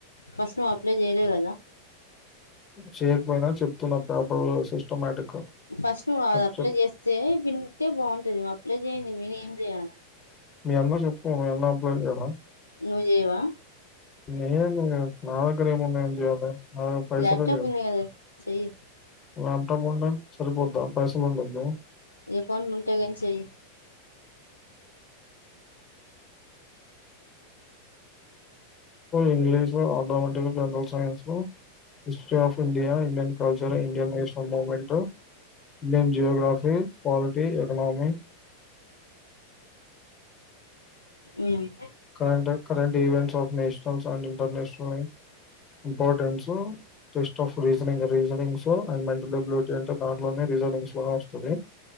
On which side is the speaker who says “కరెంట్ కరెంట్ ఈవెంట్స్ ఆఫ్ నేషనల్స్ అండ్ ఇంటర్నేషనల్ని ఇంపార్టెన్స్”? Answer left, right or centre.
Left